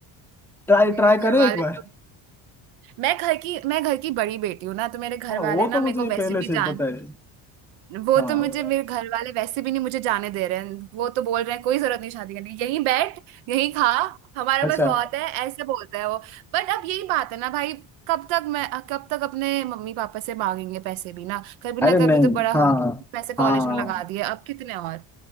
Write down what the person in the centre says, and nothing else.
ट्राई
ट्राई
करें
एक बार
हाँ वो
तो मुझे
पहले से
ही पता है
हाँ
अच्छा
अरे
नहीं
हाँ
हाँ